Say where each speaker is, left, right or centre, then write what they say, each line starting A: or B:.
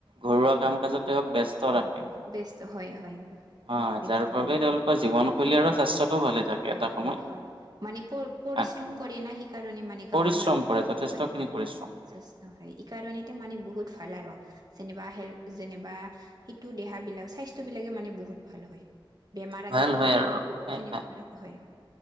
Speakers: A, on the right; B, on the right.
A: ঘৰুৱা কাম কাজত তেওঁক ব্যস্ত
B: হয়
A: ৰাখে।
B: হয় ব্যস্ত হয় হয়
A: অ,
B: ব্যস্ত
A: যাৰ বাবে
B: হয় হয়
A: তেওঁ জীৱনশৈলী আৰু স্বাস্থ্যটো ভালে থাকে
B: হয়
A: এটা সময়ত।
B: হয় হয়। মানে পৰিশ্ৰম
A: আৰু
B: কৰে না সেইকাৰণে মানে গাঁৱৰ
A: পৰিশ্ৰম
B: মানুহতো
A: কৰে
B: অ
A: যথেষ্টখিনি
B: হয় হয়
A: পৰিশ্ৰম
B: হয়
A: কৰে।
B: হয় ই কাৰণেতো মানে বহুত ভাল আৰু। যেনিবা হেল যেনিবা সিটো দেহ বিলাক স্বাস্থ্য বিলাকে মানে বহুত ভাল হয়। বেমাৰ আজাৰৰ
A: ভাল
B: পৰা
A: হয় আৰু
B: বহুত
A: হয়
B: দূৰত সেনেকুৱা
A: হয়।
B: আৰু হয় হয়।